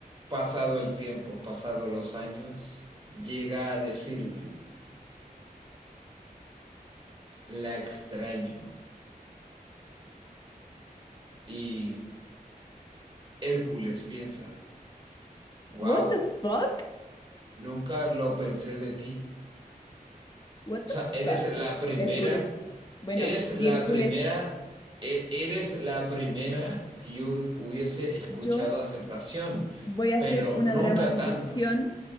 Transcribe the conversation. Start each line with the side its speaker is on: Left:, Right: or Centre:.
Right: pasado el tiempo, pasado los años, llega a decirme, la extraño. Y Hércules piensa, wow,
Left: What the fuck?
Right: Nunca lo pensé de ti.
Left: What
Right: O
Left: the
Right: sea, eres
Left: fuck?
Right: la primera,
Left: Hércules. Bueno,
Right: eres
Left: y
Right: la
Left: Hércules,
Right: primera, e- eres la primera que yo hubiese escuchado
Left: yo
Right: aceptación,
Left: voy a
Right: pero
Left: hacer una
Right: nunca
Left: dramatización
Right: tanto.